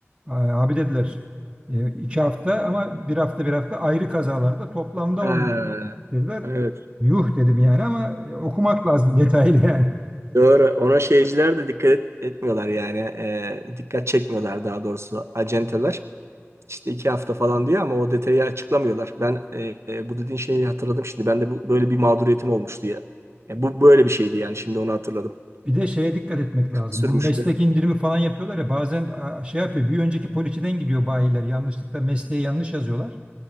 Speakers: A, on the right; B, on the right.
A: "Ay, Abi dediler "e, iki hafta ama bir hafta bir hafta ayrı kazalarda toplamda
B: Ha,
A: on dediler.
B: evet.
A: Yuh dedim yani ama e, okumak lazım <laughs> detaylı yani.
B: Doğru. Ona şeyciler de dikkat et- etmiyorlar yani. E, dikkat çekmiyorlar daha doğrusu acenteler. İşte iki hafta falan diyor ama o detayı açıklamıyorlar. Ben e, e, bu dediğin şeyi hatırladım şimdi. Ben de bu, böyle bir mağduriyetim olmuştu ya. Ya bu böyle bir şeydi yani. Şimdi onu hatırladım.
A: Bir de şeye dikkat etmek lazım.
B: Sürmüştü.
A: Bu meslek indirimi falan yapıyorlar ya bazen a, şey yapıyor bir önceki poliçeden gidiyor bayiler yanlışlıkla mesleği yanlış yazıyorlar.